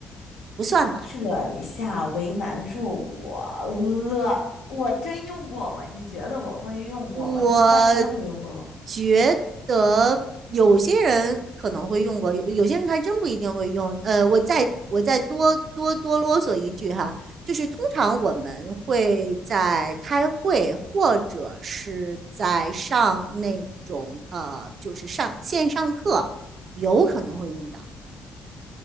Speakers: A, on the right; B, on the left.
A: 不算吧。
B: 这一下为难住我了。我真用过吗？你觉得我会用过吗？
A: 我
B: 就大家都会用过吗？
A: 觉得有些人可能会用过，有有些人还真不一定会用。呃，我再我再多多多啰嗦一句哈，就是通常我们会在开会或者是在上那种呃，就是上线上课，有可能会用到。